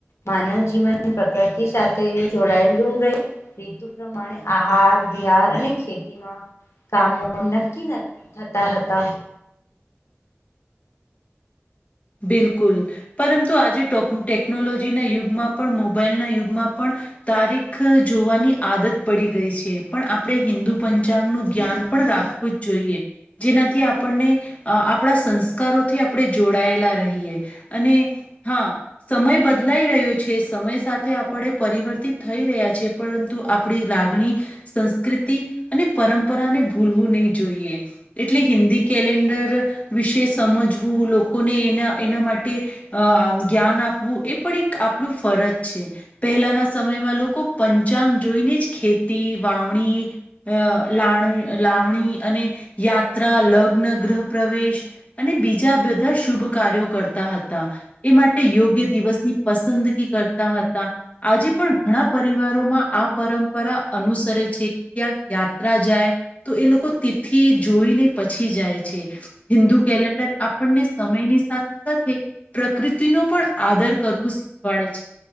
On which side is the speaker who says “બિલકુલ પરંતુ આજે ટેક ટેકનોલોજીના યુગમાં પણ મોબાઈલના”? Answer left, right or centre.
Left